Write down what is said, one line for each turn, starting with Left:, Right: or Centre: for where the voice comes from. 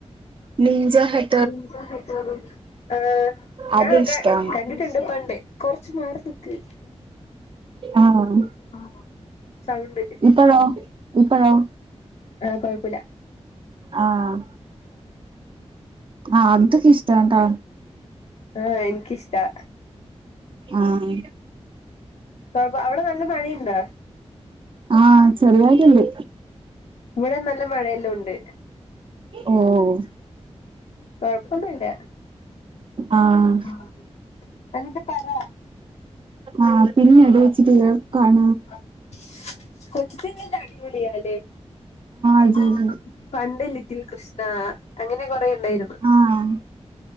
Right: നിഞ്ച ഹട്
Left: നിഞ്ച ഹട്ടോരി ആഹ് കാ
Right: അത് ഇഷ്ടാണ്
Left: കാ ക കണ്ടിട്ടുണ്ട് പണ്ടേ കുറച്ച് മാർ കൊക്കെ കി
Right: ആഹ്
Left: ആഹ് സൗണ്ട്
Right: ഇപ്പഴോ ഇപ്പഴോ
Left: ആഹ് കൊഴപ്
Right: ആഹ് ആഹ് അതൊക്കെ ഇഷ്ടട്ടാ
Left: ആഹ് എനിക്കിഷ്ട്ടാ
Right: ആഹ്
Left: പോയിപ്പ അവിടെ നല്ല മഴയുണ്ട
Right: ആഹ് ചെറിതായിട്ടുണ്ട്
Left: ഇവിടെ നല്ല മഴയെല്ലാം ഉണ്ട്
Right: ഓഹ്
Left: കൊഴപ്പൊന്നുംല്ല
Right: ആഹ്
Left: ആഹ് എന്നിട്ട പറ
Right: ആഹ് പിന്നെ അത് വച്ചിട്ട് കാണ
Left: <unintelligible> അടിപൊളിയല്ലേ
Right: അത്
Left: ആഹ്
Right: അത്
Left: പണ്ട് ലിറ്റിൽ കൃഷ്ണ അങ്ങനെ കൊറെ ഉണ്ടായിരുന്നു
Right: ആഹ്